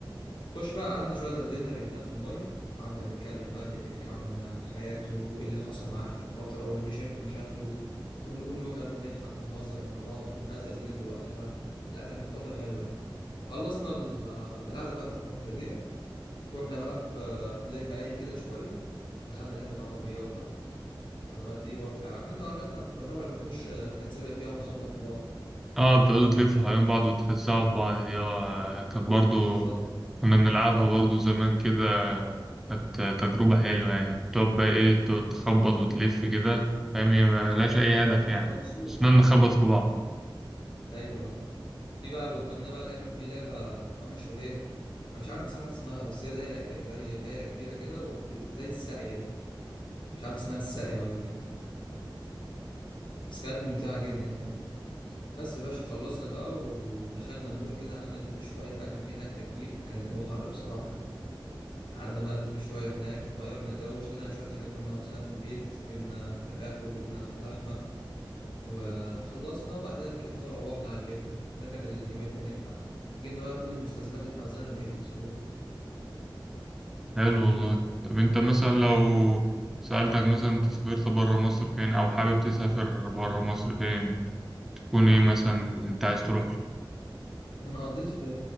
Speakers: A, on the left (about 65°); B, in the centre.
A: خش بقى قعدنا شوية دللنا رجلينا في المية قعدنا نتكلم بقى اللي بيحكي عن حياته وإيه اللي حصل معاه آخر فترة واللي بيشارك مشاكله ونقول نكت ونضحك ونهزر مع بعض وكنا نقزقز لب وقتها لا كانت فترة حلوة يعني خلصنا ال- القعدة بتاعت البحر دي رحنا بقى في زي ملاهي كده شوية دخلنا لعبة عربيات بقى العربيات دي وج- عارف انت العربيات بتاعت الكهرباء اللي بنخش نتسابق فيها ونخبط في بعض
B: اه بتقعدوا تلفوا حوالين بعض وترزعوا في بعض دي اه كانت برضو
A: بالظبط انا
B: كنا بنلعبها برضو زمان كده كانت تجربة حلوة يعني تقعد بقى ايه تقعد تخبط وتلف كده فاهم هي ملهاش أي هدف يعني
A: مبسوط
B: بس نقعد نخبط في بعض
A: ايوه في بقى وكملنا بقى لعبة في لعبة عاملة شبه ايه انا مش عارف بصراحة اسمها بس هي دايرة زي دايرة كبيرة كده وبت- زي الساقية مش عارف اسمها الساقية ولا ايه بس كانت ممتعة جدا يعني بس يا باشا خلصنا بقى ودخلنا مول كده قعدنا نلف شوية بقى كان في هناك تكييف كان الجو حر بصراحة يعني قعدنا بقى نلف شوية هناك غيرنا جو اشترينا شوية حاجات كنا عاوزينها في البيت جبنا فراخ وجبنا لحمة وخلصنا وبعد كده ركبنا وروحنا على البيت بقى ده كان اليوم التاني بتاعنا جبنا بقى كل المستلزمات اللي احنا عاوزينها لبقية الأسبوع
B: حلو والله طب انت مثلا لو سألتك مثلا انت سافرت برا مصر فين او حابب تسافر برا مصر فين تكون ايه مثلا انت عايز تروح
A: أنا قضيت في